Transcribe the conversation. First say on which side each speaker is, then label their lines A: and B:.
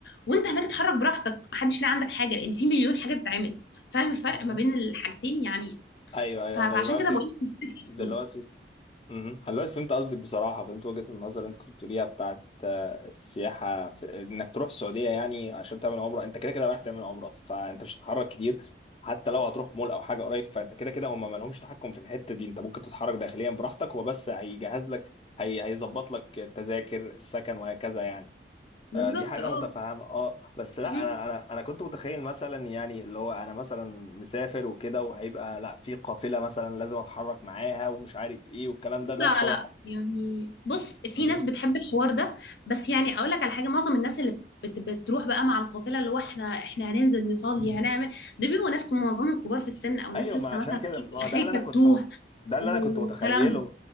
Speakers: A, on the left; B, on the left.
A: وانت هناك اتحرك براحتك محدش لاقي عندك حاجة لان في مليون حاجة تتعمل فاهم الفرق
B: مهم.
A: ما بين الحاجتين يعني
B: ايوه ايوه
A: ف- فعشان
B: انا دلوقتي
A: كده بقول لك مش بتفرق
B: دلوقتي
A: خالص
B: ف- مهم. أنا دلوقتي فهمت قصدك بصراحة فهمت وجهة النظر اللي أنت كنت بتقوليها بتاعت آه، السياحة في إنك تروح السعودية يعني عشان تعمل عمرة أنت كده كده رايح تعمل عمرة فأنت مش هتتحرك كتير حتى لو هتروح مول أو حاجة قريب فأنت كده كده هم ما لهمش تحكم في الحتة دي أنت ممكن تتحرك داخليا براحتك هو بس هيجهز لك هي هيظبط لك التذاكر السكن وهكذا يعني
A: بالظبط
B: آه، دي حاجة
A: اه
B: متفهمة اه بس لا
A: م-م.
B: انا انا انا كنت متخيل مثلا يعني اللي هو انا مثلا مسافر وكده وهيبقى لا في قافلة مثلا لازم اتحرك معاها ومش عارف ايه والكلام
A: لا
B: ده ده بصراحة
A: لا يعني بص في
B: مهم.
A: ناس بتحب الحوار ده بس يعني اقول لك على حاجة معظم الناس اللي بت بتروح بقى مع القافلة اللي هو احنا احنا هننزل نصلي هنعمل دول بيبقوا ناس كو- معظمهم كبار في السن او
B: ايوه
A: ناس لسه
B: ما عشان
A: مثلا
B: كده ما
A: بتبقى
B: هو ده
A: خايفة
B: اللي انا كنت
A: تتوه
B: مت... ده اللي
A: والكلام
B: انا كنت متخيله
A: ده